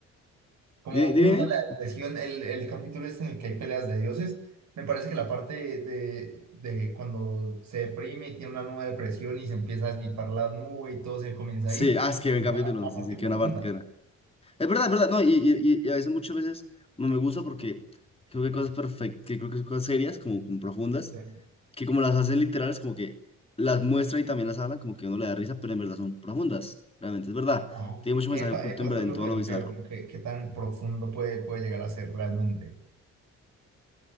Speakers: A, on the right; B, on the left.
A: Como
B: ¿Dime?
A: uno
B: dime?
A: de la depresión, el, el capítulo este en el que hay peleas de dioses, me parece que la parte de, de cuando se deprime y tiene una nueva depresión y se empieza a esnifar la nube y todo se comienza
B: Sí,
A: a ir,
B: ah, es que ven
A: tiene
B: capítulo,
A: una, una
B: sí,
A: parte
B: sí,
A: profunda.
B: que una parte que era. Es verdad, es verdad, no, y, y, y y a veces, muchas veces, no me gusta porque creo que hay cosas perfectas, que creo que son cosas serias, como, como profundas,
A: Sí.
B: que como las hacen literales, como que las muestran y también las hablan, como que uno le da risa, pero en verdad son profundas, realmente, es verdad.
A: Ajá.
B: Tiene mucho
A: Epa,
B: mensaje oculto
A: epa,
B: en
A: eso
B: verdad
A: es lo
B: en todo
A: que me
B: lo
A: refiero,
B: bizarro.
A: como que qué tan profundo puede, puede llegar a ser realmente